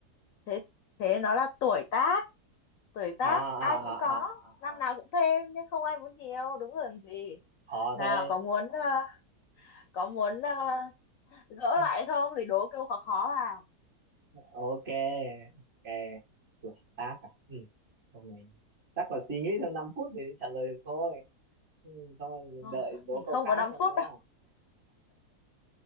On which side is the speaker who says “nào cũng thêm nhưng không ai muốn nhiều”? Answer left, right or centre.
Left